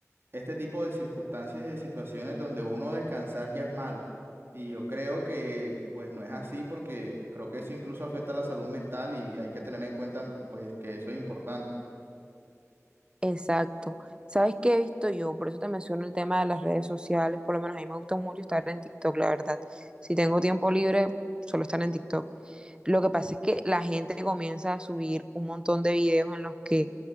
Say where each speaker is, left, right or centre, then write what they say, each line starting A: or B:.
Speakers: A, on the right; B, on the right.
A: este tipo de circunstancias y de situaciones donde uno descansar ya es malo. Y yo creo que pues no es así porque creo que eso incluso afecta a la salud mental y hay que tener en cuenta pues que eso es importante.
B: Exacto. ¿Sabes qué he visto yo? Por eso te menciono el tema de las redes sociales. Por lo menos a mí me gusta mucho estar en TikTok, la verdad. Si tengo tiempo libre, solo estar en TikTok. Lo que pasa es que la gente comienza a subir un montón de videos en los que